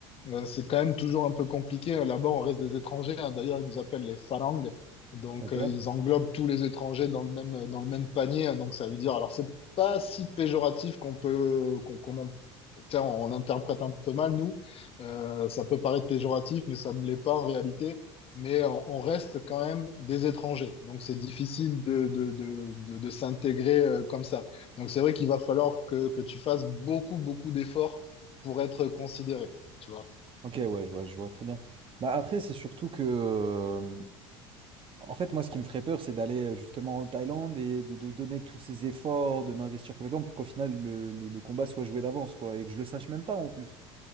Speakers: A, on the left (about 40°); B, on the right (about 35°).
A: Euh, C'est quand même toujours un peu compliqué. Là-bas, on reste des étrangers. hein. D'ailleurs, ils nous appellent les Farang. Donc,
B: Ok?
A: euh, ils englobent tous les étrangers dans le même, euh, dans le même panier. hein. Donc, ça veut dire, alors, c'est pas si péjoratif qu'on peut, qu'on, qu'on en- tiens, on l'interprète un peu mal, nous. Euh, ça peut paraître péjoratif, mais ça ne l'est pas en réalité. Mais on, on reste quand même des étrangers. Donc, c'est difficile de, de, de, de, de s'intégrer euh, comme ça. Donc, c'est vrai qu'il va falloir que, que tu fasses beaucoup, beaucoup d'efforts pour être considéré. Tu vois.
B: Ok, ouais, je vois, je vois très bien. Bah, après, c'est surtout que. euh, En fait, moi, ce qui me ferait peur, c'est d'aller euh, justement en Thaïlande et de, de donner tous ces efforts, de m'investir complètement pour qu'au final, le, le- le combat soit joué d'avance, quoi, et que je le sache même pas en plus.